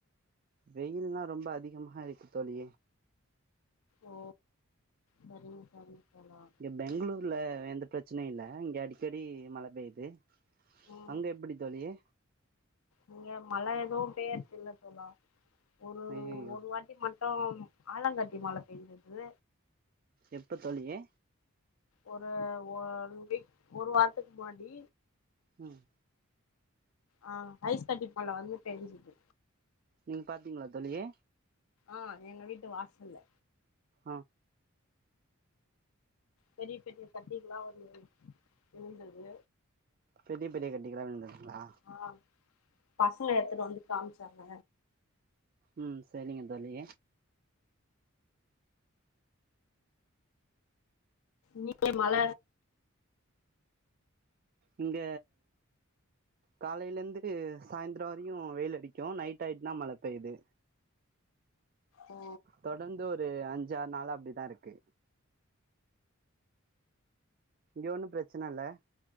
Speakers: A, on the right; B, on the left.
A: வெயில்லா ரொம்ப அதிகமா இருக்கு தோழி
B: ஓ சரிங் சரிங் தோழா
A: ங்க பெங்ளூர்ல எந்த பிரச்சனையு இல்ல இங்க அடிக்கடி மழ பேய்து
B: ம்
A: அங்க எப்டி தோழியே
B: இங்க மழ எதுவு பேய்ர்தில்ல தோழா ஒரு
A: ஹய்யயோ
B: ஒரு வாட்டி மட்டும் ஆலங்கட்டி மழ பெஞ்சது
A: எப்ப தோழியே
B: ஒரு ஒரு வீக் ஒரு வாரத்க்கு முனாடி
A: ம்
B: ஆ ஐஸ் கட்டி மழ வந்து பேஞ்சுது
A: நீங் பாத்தீங்ளா தோழியே
B: ஆ எங்க வீட்டு வாசல்ல
A: ஆ
B: பெரிய பெரிய கட்டிகளா வந்து விழுந்தது
A: பெரிய பெரிய கட்டிகளா விழ்ந்ததுங்ளா
B: ஆ பசங்க எடுத்துட்டு வந்து காமிச்சாங்க
A: ம் சரிங்க தோழி
B: நீங்களே மழ
A: இங்க காலையிலந்து சாந்தரோ வரியு வெயில் அடிக்கு நைட் ஆயிட்னா மழ பெய்யுது
B: ஓ
A: தொடர்ந்து ஒரு அஞ்சு ஆறு நாளா அப்டிதா இருக்கு இங்க ஒன்னு பிரச்சன இல்ல